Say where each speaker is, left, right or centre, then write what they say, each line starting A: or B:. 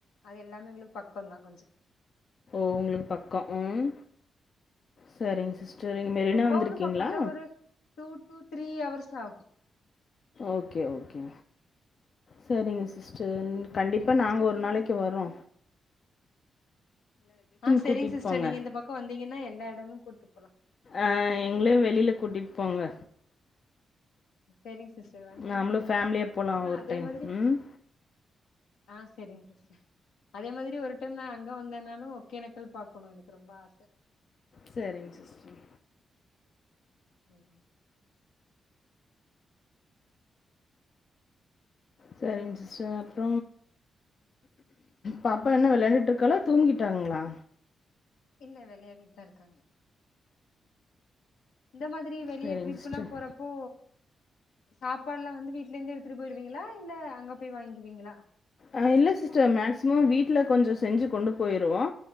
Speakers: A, on the left; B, on the left.
A: அது எல்லாமே எங்களுக்கு பக்கம்தா கொஞ்ச
B: ஒங்களுக்கு பக்கம் ம் சரிங்க சிஸ்டர். இங்க மெரினா
A: ரொம்ப
B: வந்திருக்கீங்களா?
A: ஒண்ணும் பக்கம் இல்ல ஒரு டூ டூ த்ரீ ஹவர்ஸ் ஆகும்
B: ஓகே ஓகே சரிங்க சிஸ்டர் கண்டிப்பா
A: என்ன
B: நாங்க
A: சிஸ்டர்
B: ஒரு
A: சொன்னீங்க
B: நாளைக்கு வரோ
A: ஆ செரிங்க
B: கூட்டிட்டு
A: சிஸ்டர்
B: போங்க
A: நீங்க இந்த பக்கம் வந்தீங்கன்னா எல்லா இடமே கூட்டு போலா
B: ஆ எங்களயு வெளியில கூட்டிட்டு போங்க
A: செரிங்க சிஸ்டர் வந்தீங்கன்னா
B: நாமளும்
A: கண்டிப்பா
B: ஃபேமிலியா
A: கூட்டு போலாம் ஆனா
B: ஒரு
A: அதே
B: டைம்
A: மாதிரி
B: ம்
A: ஆஹ் செரிங்க சிஸ்டர் அதே மாதிரி ஒரு டைம் நா அங்க வந்தேனாலும் ஒகேனக்கல் பாக்கணு எனக்கு ரொம்ப ஆச
B: செரிங் சிஸ்டர்
A: சரி
B: சரிங்க சிஸ்டர் அப்ற பா ப்ப என்ன வெளயாண்டுட்டு
A: இந்த
B: இருக்காளா
A: மாதிரி
B: தூங்கிட்டாங்களா
A: வெ- இல்ல விளையாடிட்டுதா இருக்காங்க இந்த மாதிரி வெளிய
B: சரிங்க
A: ட்ரிப்
B: சிஸ்டர்
A: எல்லா போறப்போ சாப்பாட்ல்லா வந்து வீட்லே இருந்து எடுத்துட்டு போயிருவீங்களா இல்ல அங்க போய் வாங்கிவீங்களா
B: அ இல்ல சிஸ்டர் மேக்சிமம் வீட்ல கொஞ்ச செஞ்சு கொண்டு போயிருவோ